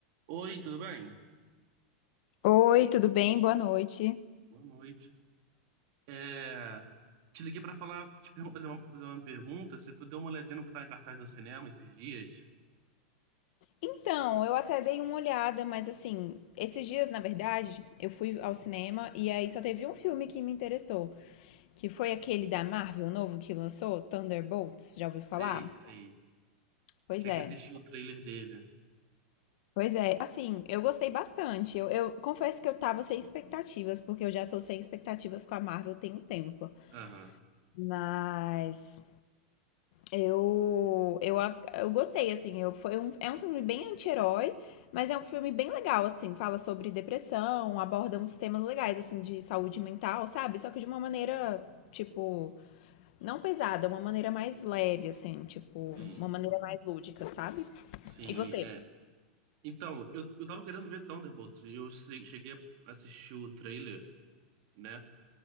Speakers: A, on the right; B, on the left.
A: Oi, tudo bem?
B: Oi, tudo bem? Boa noite.
A: Boa noite. É, te liguei para falar, te pergun- fazer uma, fazer uma pergunta, se tu deu uma olhadinha no que tá em cartaz no cinema esses dias.
B: Então, eu até dei uma olhada, mas assim, esses dias, na verdade, eu fui ao cinema e aí só teve um filme que me interessou, que foi aquele da Marvel novo que lançou, Thunderbolts, já ouviu falar?
A: Sei, sei.
B: Pois
A: Cheguei
B: é.
A: a assistir o trailer dele.
B: Pois é, Assim, eu gostei bastante. Eu, eu confesso que eu tava sem expectativas, porque eu já tô sem expectativas com a Marvel tem um tempo.
A: Aham,
B: Mas Eu, eu, eu gostei, assim. Eu, foi um, é um filme bem anti-herói, mas é um filme bem legal, assim. Fala sobre depressão, aborda uns temas legais, assim, de saúde mental, sabe? Só que de uma maneira, tipo, não pesada, uma maneira mais leve, assim, tipo,
A: sim.
B: uma maneira mais lúdica, sabe?
A: Sim,
B: E você?
A: é. Então, eu, eu tava querendo ver Thunderbolts e eu se- cheguei a assistir o trailer, né?